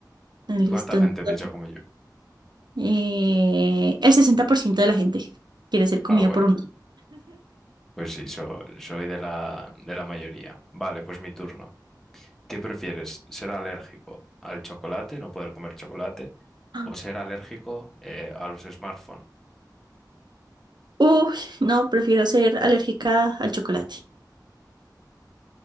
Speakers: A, on the right; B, in the centre.
A: Listo,
B: ¿Y cuánta gente
A: entonces,
B: piensa como yo?
A: eh, el 60% de la gente quiere ser comida
B: Ah, bueno,
A: por un lobo.
B: pues sí, so- soy de la, de la mayoría. Vale, pues mi turno. ¿Qué prefieres? ¿Ser alérgico al chocolate, no poder comer chocolate,
A: <laughs>
B: o ser alérgico eh, a los smartphones?
A: Uy, no, prefiero ser alérgica al chocolate.